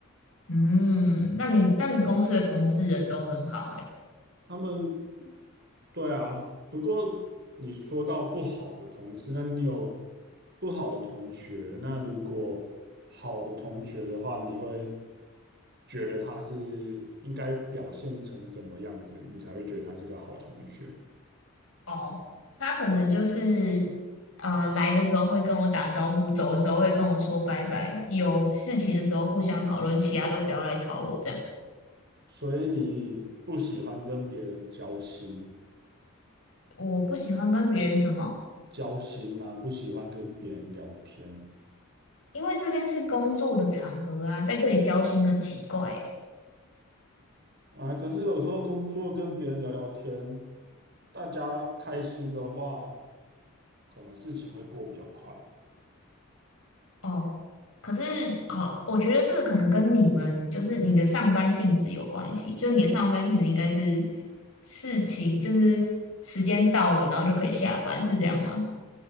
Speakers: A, on the left (about 70°); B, on the right (about 50°).
A: 嗯，那你那你公司的同事人都很好诶、
B: 他们，对啊。不过你说到不好的同事，那你有不好的同学，那如果好的同学的话，你会觉得他是应该表现成什么样子，你才会觉得他是个好同学？
A: 哦，他可能就是呃来的时候会跟我打招呼，走的时候会跟我说拜拜，有事情的时候互相讨论，其他都不要来吵我这样。
B: 所以你不喜欢跟别人交心，
A: 我不喜欢跟别人什么，
B: 交心啊，不喜欢跟别人聊天
A: 因为这边是工作的场合啊，在这里交心很奇怪欸、
B: 啊。可是有时候工作跟别人聊聊天，大家开心的话，可能事情会过比较快。
A: 哦，可是好，我觉得这个可能跟你们就是你的上班性质有关系，就你的上班性质应该是事情，就是时间到了，然后就可以下班，是这样吗？